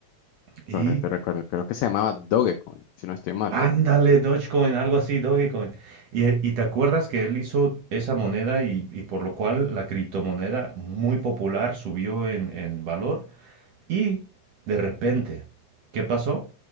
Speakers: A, on the right (about 65°); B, on the left (about 75°).
A: Y
B: Correcto, recuerdo. Creo que se llamaba Dogecoin, si no estoy mal.
A: ándale, Dogecoin, algo así, Dogecoin. Y, y te acuerdas que él hizo esa moneda y, y por lo cual la criptomoneda muy popular subió en, en valor Y de repente, ¿qué pasó?